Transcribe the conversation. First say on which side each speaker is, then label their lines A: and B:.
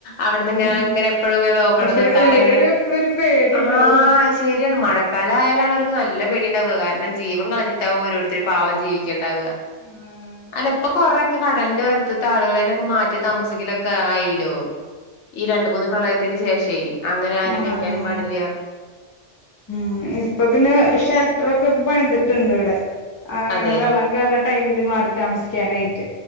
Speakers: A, on the left; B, on the left.
A: അവിടുന്ന് ഇങ്ങെ
B: ആഹ്
A: ഇങ്ങനെ എപ്പോഴും നോക്കണതും
B: പക്ഷെ
A: കാരങ്ങെ
B: ഉള്ളിലൊരു എപ്പളൊരു പേടിണ്ടാവും
A: ആഹ് ശരിയാണ് മഴക്ക കാലായാലാണ് അവർക്ക് നല്ല പേടി ഉണ്ടാവക കാരണം ജീവൻ കളഞ്ഞിട്ടാവും ഓരോരുത്തും പാവം ജീവിക്കണ്ടാവ
B: ആഹ്
A: അല്ലപ്പൊ കൊറെ കടലിന്റെ ഒരത്തത്തെ ആളുകളെൊക്കെ മാറ്റി താമസിക്കലൊക്കെ ആയില്ലോ ഈ രണ്ട് മൂന്ന് പ്രളയത്തിന് ശേഷേ അങ്ങനെ ആരും
B: ആഹ്
A: വെക്കാനും
B: ആഹ്
A: പാടില്ല
B: ഉം ഇപ്പൊ പിന്നെ ഷെൽട്ടർൊക്കെ ഇ പണിതിട്ടുണ്ട് ഇവടെ അങ്ങനെ
A: അതെ
B: വെള്ളം കയറുന്ന ടൈമില് മാറി താമസിക്കാനായിട്ട്